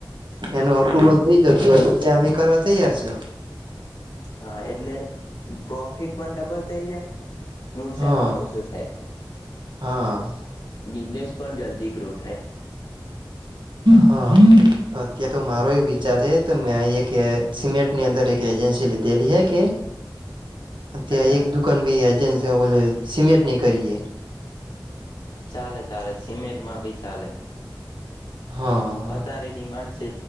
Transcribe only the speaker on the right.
એનું અપ્રુવલ થઈ જતું હોય ત્યાં અમે કરવા તૈયાર છ
હા
હા
હા અ ત્યાં તો મારો વિચાર તો મેં એક કે સિમેન્ટ ની અંદર એક એજન્સી લીધેલી હ કે અત્યા
એક દુકાન ભી હજ બો સીમેટ ન કરીએ
હા